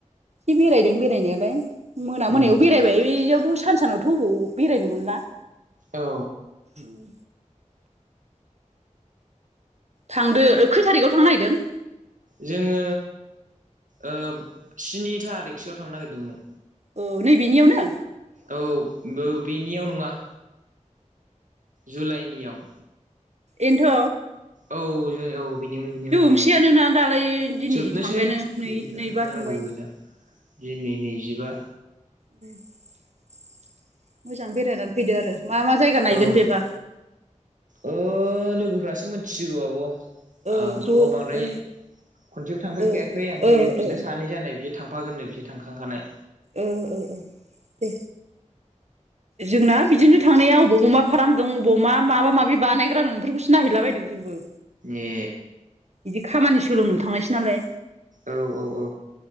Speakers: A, on the right; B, on the right.
A: एसे बेरायदों बेरायनायालाय मोना
B: उम
A: मोनायाव बेरायबाय बेयाव दसे सान सानावथ' अबाव बेरायनो मोनला
B: औ।
A: उम। थांदो खैथारिकआव थांनो नागेरदों?
B: जोङो ओ स्निथारिकसोआव थांनो नागिरदोंमोन।
A: अ नै बिनियावनो?
B: औ बो-बेनियाव नङा जुलाइनियाव।
A: एन्थ'।
B: औ जे औ। बिनियावनो बिनियावनो
A: जोबसेयानोना
B: औ,
A: दालाय दिनै
B: जोबनोसै
A: थांबायानो नै
B: गैलानो
A: नैबा
B: बारा
A: थांबाय
B: गोबाव गैला। दिनै नैजिबा।
A: उम <unintelligible> मोजां बेरायनानै फैदो आरो मा मा जायगा नायगोन
B: औ
A: बेबा?
B: ओ लोगोफ्रासो मिथिसिगौ आब'।
A: ओ
B: आंथ'
A: ज' ओ
B: बांद्राय
A: ओ
B: खनसेबो थांदेरखायाखै
A: ओ
B: ओमफाय बिदा
A: ओ
B: सानै जानाय बि थांफागोननो बिसोर थांखांखानाय।
A: ओ ओ ओ दे। जोंना बिदिनो थांनाया अबाव अमा फाराम दं अबाव मा माबा माबि बानायग्रा दं इफोरखौसो नायहैला बायदों जोंबो।
B: ए।
A: इदि खामानि सोलोंनो थांनायसो नालाय।
B: औ औ औ।